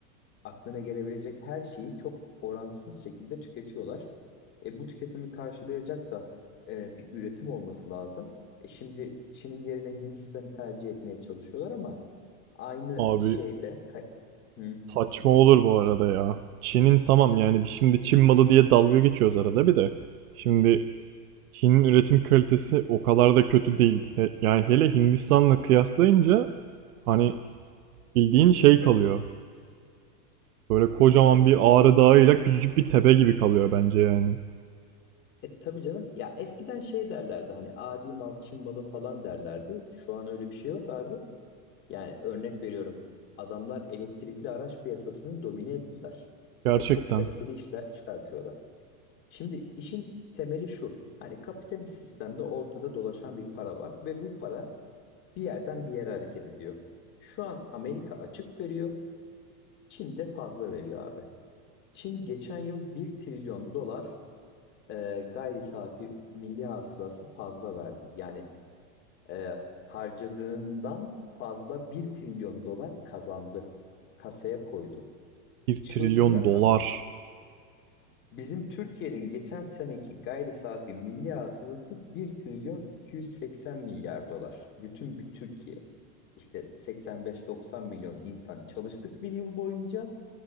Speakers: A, on the left (about 25°); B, on the right (about 60°).
A: Aklına gelebilecek her şeyi çok orantısız şekilde tüketiyorlar. E, bu tüketimi karşılayacak da e, bir üretim olması lazım. E, şimdi Çin'in yerine Hindistan'ı tercih etmeye çalışıyorlar ama aynı
B: Abi
A: şeyde... ka- Hı.
B: saçma olur bu arada ya. Çin'in tamam yani şimdi Çin malı diye dalga geçiyoruz arada bir de. Şimdi Çin'in üretim kalitesi o kadar da kötü değil. He- yani hele Hindistan'la kıyaslayınca hani bildiğin şey kalıyor. Böyle kocaman
A: E,
B: bir Ağrı Dağı'yla küçücük bir tepe gibi kalıyor bence yani.
A: E tabii canım ya eskiden şey derlerdi hani adi mal Çin malı falan derlerdi. Şu an öyle bir şey yok abi. Yani örnek veriyorum. Adamlar elektrikli araç piyasasını domine ettiler
B: Gerçekten
A: ve çok kaliteli işler çıkartıyorlar. Şimdi işin temeli şu. Hani kapitalist sistemde ortada dolaşan bir para var ve bu para bir yerden bir yere hareket ediyor. Şu an Amerika açık veriyor, Çin de fazla veriyor abi. Çin geçen yıl bir trilyon dolar e, gayri safi milli hasılası fazla verdi. Yani e, harcadığından fazla bir trilyon dolar kazandı. Kasaya koydu.
B: bir
A: Çılgın
B: trilyon
A: rakam
B: dolar.
A: bak. Bizim Türkiye'nin geçen seneki gayri safi milli hasılası bir trilyon 280 milyar dolar. Bütün bir Türkiye. İşte 85-90 milyon insan çalıştık bir yıl boyunca.